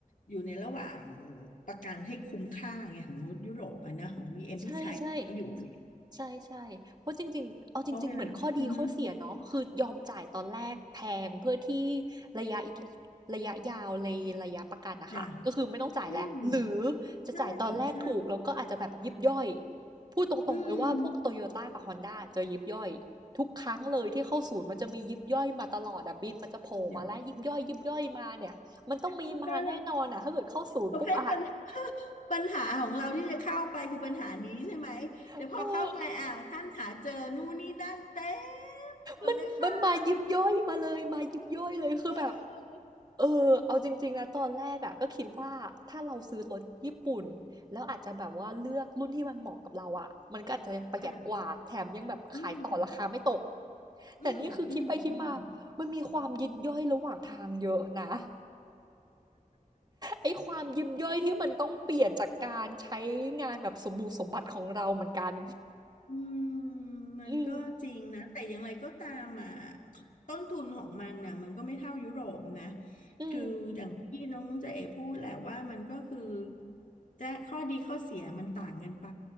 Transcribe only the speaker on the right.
ใช่ใช่ ใช่ๆเพราะจริงๆเอาจริงๆเหมือนข้อดีข้อเสียเนาะคือยอมจ่ายตอนแรกแพงเพื่อที่
ระยะอีกระยะยาวในระยะประกันนะคะก็คือไม่ต้องจ่ายแล้วหรือ
จะจ่ายตอนแรกถูกแล้วก็อาจจะแบบยิบย่อย
พูดตรงๆเลยว่าพวกโตโยต้ากับฮอนด้าจะยิบย่อยทุกครั้งเลยที่เข้าศูนย์มันจะมียิบย่อยมาตลอดอะบินมันจะโผล่มาแล้วยิบย่อยยบย่อยมาเนี่ยมันต้องมีมาแน่นอนอะถ้าเกิดเข้าศูนย์ปุ๊บอะ
เออ
มันมันมายิบย่อยมาเลยมายิบย่อยเลยคือแบบ
เออเอาจริงๆนะตอนแรกอ่ะก็คิดว่าถ้าเราซื้อรถญี่ปุ่นแล้วอาจจะแบบว่าเลือกรุ่นที่มันเหมาะกับเราอ่ะมันก็อาจจะประหยัดกว่าแถมยังแบบขายต่อราคาไม่ตก
แต่นี่คือคิดไปคิดมามันมีความยิบย่อยระหว่างทางเยอะนะ
ไอ้ความยิบย่อยที่มันต้องเปลี่ยนจากการใช้งานแบบสมบูรณ์สมบัติของเราเหมือนกัน
อืม
อืม